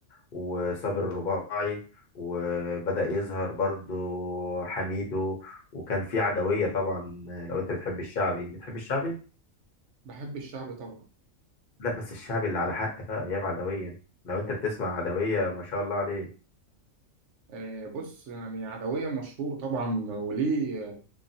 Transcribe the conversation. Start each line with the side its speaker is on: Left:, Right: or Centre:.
Left: وصابر الرباعي وبدأ يظهر برضو حميدو وكان في عدوية طبعا لو انت بتحب الشعبي بتحب الشعبي
Right: بحب الشعب طبعا
Left: لا بس الشعبي اللي على حق بقى ايام عدوية لو انت بتسمع عدوية ما شاء الله عليه
Right: آه بص يعني عدوية مشهور طبعا وليه